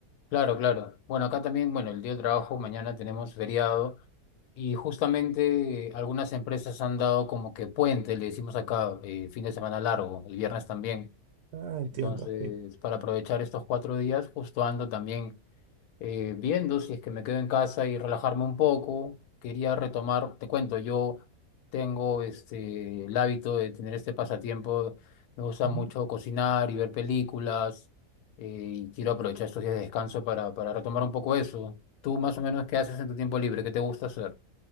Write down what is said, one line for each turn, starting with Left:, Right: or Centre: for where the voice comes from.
Left: Claro, claro. Bueno, acá también, bueno, el día del trabajo, mañana tenemos feriado y justamente eh, algunas empresas han dado como que puente, le decimos acá, eh, fin de semana largo, el viernes también.
Right: Ah, entiendo.
Left: Entonces,
Right: sí.
Left: para aprovechar estos cuatro días, justo ando también. eh, viendo si es que me quedo en casa y relajarme un poco. Quería retomar, te cuento, yo tengo este, el hábito de tener este pasatiempo. Me gusta
Right: Ujú.
Left: mucho cocinar y ver películas eh, y quiero aprovechar estos días de descanso para, para retomar un poco eso. ¿Tú más o menos qué haces en tu tiempo libre? ¿Qué te gusta hacer?